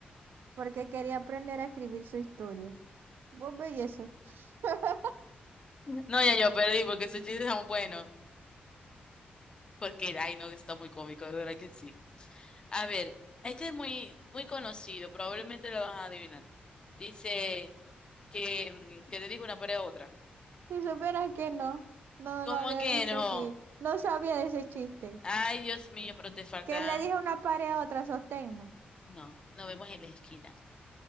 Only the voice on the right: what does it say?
Porque quería aprender a escribir su historia. Vos veis eso. <laughs>
Si supieras que no, no
lo había
visto
así. No sabía de ese chiste.
¿Qué le dijo una pared a otra? Sosténme.